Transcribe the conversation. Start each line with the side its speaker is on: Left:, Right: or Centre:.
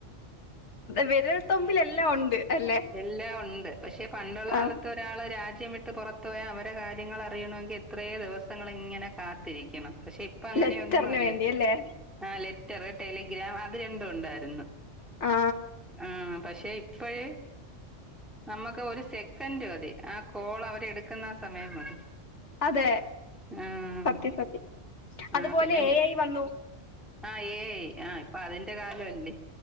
Left: വിരൽ തൊമ്പിൽ എല്ലാം ഉണ്ട് അല്ലെ
Centre: എല്ലാ ഒണ്ട് പക്ഷെ പണ്ടുള്ള
Left: ആ
Centre: കാലത്ത് ഒരാള് രാജ്യം വിട്ട് പൊറ പോയാ അവരെ കാര്യങ്ങള് അറിയണോങ്കിൽ എത്രേ ദിവസങ്ങൾ ഇങ്ങനെ കാത്തിരിക്കണം പക്ഷെ. ഇപ്പ അങ്ങനെയൊന്നു
Left: ലെറ്ററിന്
Centre: അല്ല.
Left: വേണ്ടി അല്ലേ
Centre: ആഹ് ലെറ്റർ ടെലിഗ്രാം അത് രണ്ടും ഉണ്ടായിരുന്നു.
Left: ആ
Centre: ആഹ് പക്ഷെ ഇപ്പഴ്. നമ്മക്ക് ഒരു സെക്കന്റ് മതി. ആ കോൾ അവര് എടുക്കുന്ന ആ സമയം മതി.
Left: അതെ
Centre: ആഹ്
Left: സത്യ സത്യം അതുപോലെ
Centre: ആഹ് പിന്നെ മി
Left: എ ഐ വന്നു
Centre: ആഹ് ഏയ് ഐ ഇപ്പൊ അതിന്റെ കാലൊ അല്ലേ